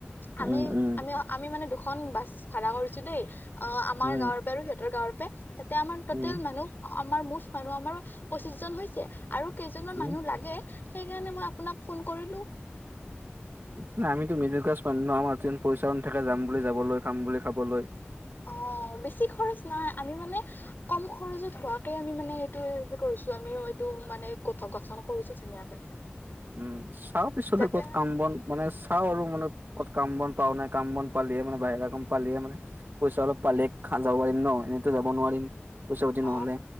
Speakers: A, on the right (about 55°); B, on the left (about 50°).
A: উম,
B: আমি
A: উম,
B: আমি আমি মানে দুখন বাছ ভা়ড়া কৰিছো দেই। অ আমাৰ
A: উম,
B: গাঁৱৰ পৰা আৰু সিহতৰ গাঁৱৰ পৰা তাতে আমাৰ টটেল
A: উম,
B: মানুহ আমাৰ মুচ মানুহ আমাৰো পঁচিশ জন হৈছে আৰু কেইজনমান
A: উম।
B: মানুহ লাগে। সেইকাৰণে মই আপোনাক ফোন কৰিলো।
A: ন আমিতো মিডিল ক্লাছ মান ন আমাৰ পইচাও নাথাকে যাম বুলি যাবলৈ খাম বুলি খাবলৈ
B: অ বেছি খৰচ নাই আমি মানে কম খৰচত হোৱাকে আমি মানে এইটো কৰিছো। ছ আমিও এইটো মানে গোথ গঠন কৰিছো ধুনীয়াকে
A: উম চাও পিছত
B: যাতে
A: ক'ত কাম বন মানে চাওঁ আৰু মানে। ক'ত কাম বন পাও নাই কাম বন পালিয়হে মানে বাহিৰা কাম পালিয়ে মানে পইচা অলপ পালিয়ে খ যাব পাৰিম ন এ যাব নোৱাৰিম। পইচা পাতি নহলে
B: অ